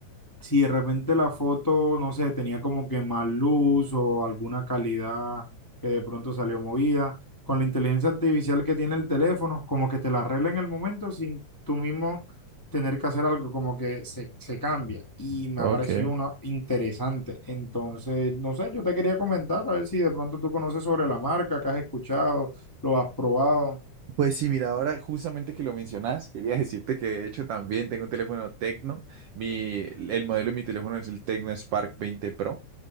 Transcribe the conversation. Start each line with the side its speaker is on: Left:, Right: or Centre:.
Left: si de repente la foto, no sé, tenía como que más luz o alguna calidad que de pronto salió movida, con la inteligencia artificial que tiene el teléfono, como que te la arregla en el momento sin tú mismo tener que hacer algo, como que se, se cambia. Y me
Right: ok.
Left: ha parecido una interesante. Entonces, no sé, yo te quería comentar, a ver si de pronto tú conoces sobre la marca, que has escuchado, lo has probado.
Right: Pues sí, mira, ahora justamente que lo mencionas, quería decirte que de hecho también tengo un teléfono Tecno. Mi, el modelo de mi teléfono es el Tecno Spark veinte Pro.